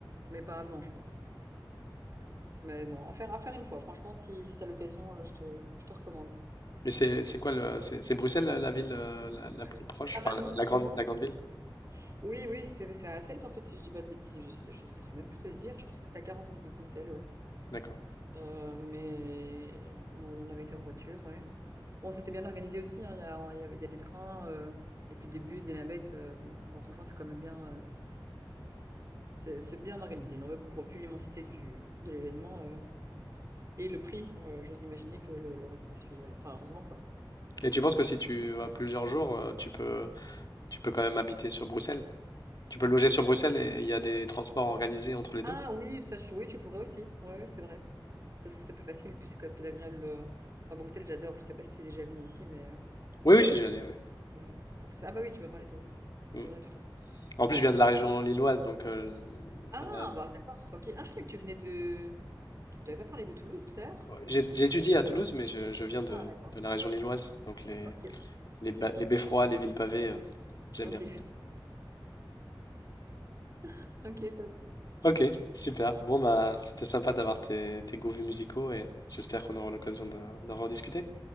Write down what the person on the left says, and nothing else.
Mais c'est c'est quoi le, c'est c'est Bruxelles la la ville euh, la, la
plus proche,
enfin
la grande,
la grande ville?
D'accord.
Et tu penses que si tu as plusieurs jours, euh, tu peux, tu peux quand même habiter sur Bruxelles? Tu peux loger sur Bruxelles et il y a des transports organisés entre les deux?
Oui, oui, je suis déjà allé. oui.
Mm.
En plus, je viens de la région lilloise, donc euh,
euh,
j'ai j'ai étudié à Toulouse, mais je, je viens de,
de
la région lilloise, donc les,
les, ba- les beffrois, les villes pavées, euh, j'aime
bien.
Ok, super. Bon, bah, c'était sympa d'avoir tes, tes goûts musicaux et j'espère qu'on aura l'occasion de- d'en rediscuter.